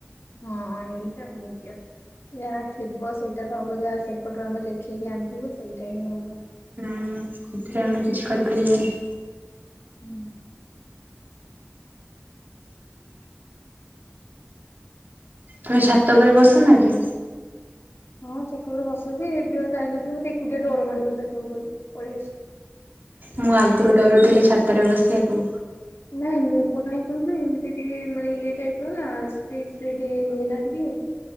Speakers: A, on the left (about 80°); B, on the right (about 50°).
A: ହଁ ଏଇଟା ଭାଗ୍ୟ। ଯାହା ଥିବ ସେଇଟା ତ ହବ ଯାହା ସେପଟୁ ଆମେ ଲେଖେଇକି ଆଣିଥିବୁ ସେଇଟା ହିଁ ହେବ।
B: ହୁଁ ସେଥିରେ ଆମେ କିଛି କରିପାରିବାନି।
A: ହୁଁ।
B: ତୁମେ ଛାତ ଉପରେ ବସ ନା ଏକା
A: ହଁ ଛାତ ଉପରେ ବସେ ଯେ ଏବେ ଆଉ ଯାଇ ନଥିଲି ମତେ ଏକୁଟିଆ ଡର ମାଡ଼ିବ ଛାତ ଉପରେ। ପଳିଆସିଲି
B: ମୁଁ ଆଗୁରୁ ଡରୁଥିଲି ଛାତରେ ବସିଆକୁ
A: ନାଇଁ <unintelligible> ଏ ଟିକେ ମାନେ ଇଏ ଟାଇପ ର ନା <unintelligible> ହୁଏ ନା ଟିକେ